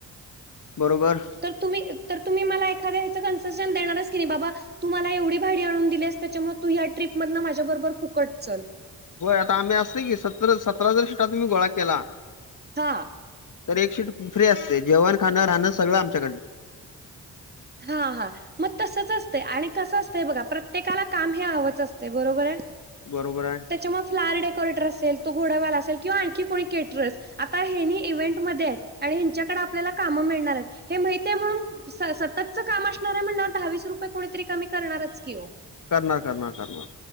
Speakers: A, on the left; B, on the right.
A: बरोबर.
B: तर तुम्ही तर तुम्ही मला एखाद्या ह्याचं कन्सेशन देणारच की बाबा -- तू मला एवढी भाडी आणून दिलीस त्याच्यामुळे तू या ट्रिपमधन माझ्याबरोबर फुकट चल.
A: होय आता आम्ही असत की सत सतरा जर शीटा तुम्ही गोळा केला
B: हा.
A: तर एक शीट फ्री असते जेवण खाणं राहणं सगळं आमच्याकडन.
B: हा. हा. मग तसच असतयं आणि कसं असतं बघा प्रत्येकाला काम हे हवंच असतय बरोबर हाय.
A: बरोबर हाय.
B: त्याच्यामुळे फ्लॉवर डेकोरेटर असेल. तो घोड्यावाला असेल किंवा आणखी कोणी कॅटरर्स आता हेनी इव्हेंट मध्ये आहेत आणि ह्यांच्याकडे आपल्याला काम मिळणार आहेत हे माहतीये म्हणून स सततच काम असणार हाय म्हणल्यावर दहावीस रुपये कोणीतरी कमी करणारच की ओ.
A: करणार, करणार, करणार.